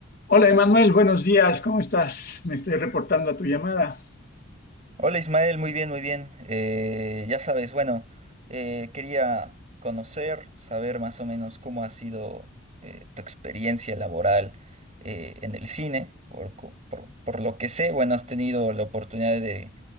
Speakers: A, on the left; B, on the right.
A: Hola Emanuel, buenos días, ¿cómo estás? Me estoy reportando a tu llamada.
B: Hola Ismael, muy bien, muy bien. Eh, ya sabes, bueno, eh, quería conocer, saber más o menos cómo ha sido eh, tu experiencia laboral eh, en el cine. Por, co- por- por lo que sé, bueno, has tenido la oportunidad de,